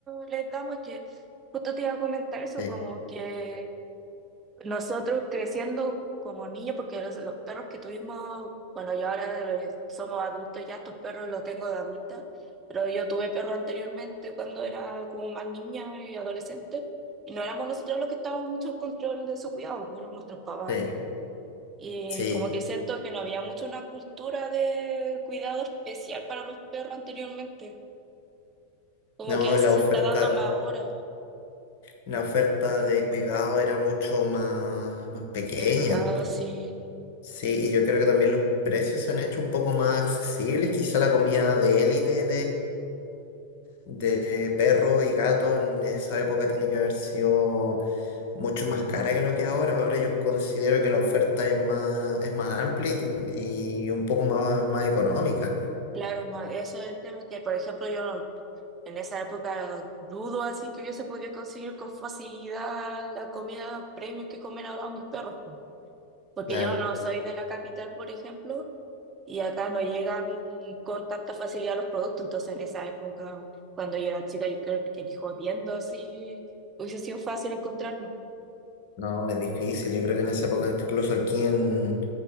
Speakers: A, on the right; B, on the left.
A: les damos, es que justo te iba a comentar eso,
B: Sí,
A: como que Nosotros creciendo como niños, porque los, los perros que tuvimos, bueno, yo ahora eh, somos adultos ya, estos perros los tengo de adulta, pero yo tuve perros anteriormente cuando era como más niña y adolescente, y no éramos nosotros los que estábamos mucho en control de su cuidado, fueron nuestros papás.
B: sí,
A: Y
B: sí.
A: como que siento que no había mucho una cultura de cuidado especial para los perros anteriormente, como
B: No,
A: que eso
B: la
A: se
B: oferta,
A: está dando más ahora,
B: la oferta de cuidado era mucho más, más pequeña.
A: de mi casa, sí.
B: Sí, y yo creo que también los precios se han hecho un poco más accesibles. Quizá la comida de élite de perro y gato en esa época tiene que haber sido mucho más cara que lo que es ahora. Ahora yo considero que la oferta es más, es más amplia y, tien- y un poco más, más económica.
A: Claro, ma, eso es el tema que, por ejemplo, yo no- en esa época dudo así que hubiese podido conseguir con facilidad la comida premium que comen ahora mis perros, po. porque
B: Claro,
A: yo no soy de la capital, por ejemplo, y acá no llegan con tanta facilidad los productos, entonces en esa época, cuando yo era chica, yo creo que ni jodiendo así hubiese sido fácil encontrarlo.
B: no, es difícil. Yo creo que en esa época, incluso aquí en,